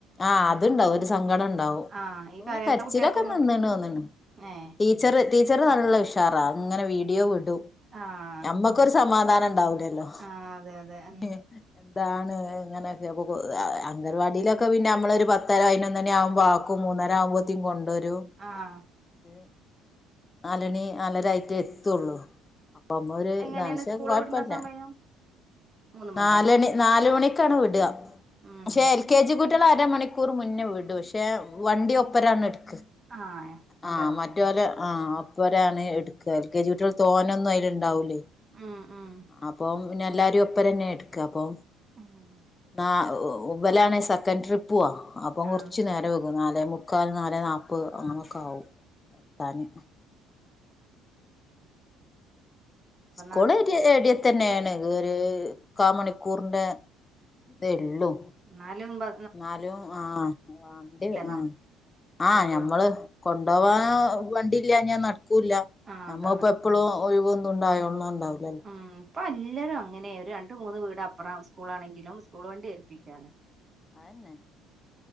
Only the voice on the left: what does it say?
ആഹ് അത്ണ്ടാവും. ഒര് സങ്കടം ഉണ്ടാവും.
ന്നെ കര്ച്ചീലൊക്കെ
നിന്ന് ണോന്ന്ണ്.
ടീച്ചറ് ടീച്ചറ് നല്ല ഉഷാറാ. ങ്ങനെ വീഡിയോ വിടും.
ഞമ്മക്കൊര് സമാധാനം ണ്ടാവൂലല്ലോ?
എഹ് ന്താണ് ഇങ്ങനൊക്കെ അപ്പൊ അ അംഗൻവാടിയിലൊ ക്കെ പിന്നെ അമ്മള് ഒരു പത്തര, പൈനൊന്നണി ആവ്മ്പൊ ആക്കും. മൂന്നര ആകുമ്പോത്തിം കൊണ്ടരും.
ത് നാലെണി, നാലരായിട്ടേ എത്തൊള്ളു പ്പൊ മ്മൊര്
താ. ക്ഷെ
കൊഴപ്പല്ല.
നാലെണി നാല് മണിക്കാണ് വ്ടാ.
ക്ഷെ എൽ കെ ജി കു ട്ട്യളെ അരമണിക്കൂറ് മുന്നേ വിടും. പക്ഷെ വണ്ടി ഒപ്പരാണ് എട്ക്കാ.
ആഹ്
മറ്റോലെ ആഹ് അ പ്പൊരാണ് എട്ക്കാ. എൽ കെ ജി കുട്ട്യൾ തോനൊന്നും അയില് ണ്ടാവൂലേ.
അപ്പം പിന്നെ അല്ലാരും ഒപ്പരെന്നേട്ക്കാ. അപ്പൊ
ന്നാ ഒ വലാണെ സ ക്കെറ്റ് ട്രിപ്പാ. അപ്പം
കൊർച്ച് നേരം വെകും. നാലേ മുക്ക ക്കാൽ നാലേ നാപ്പ് അങ്ങനെക്കെ ആവും ത്താന്.
സ്കൂൾ
എരി എര്യത്തന്നേണ്. ഒര് കാ മണിക്കൂർന്റെ തെള്ളൂ.
ന്നാലും ആഹ് ആഹ് ണ്ടി
ആഹ്. ആഹ്
ഞമ്മള് കൊണ്ടോവാ വണ്ടില്ല്യാഞ്ഞാ നട്ക്കൂല്ല.
ഞമ്മപ്പൊ
പ്പളും ഒഴിവൊന്തും ണ്ടായോൾണം ണ്ടാവു
ആന്നെ.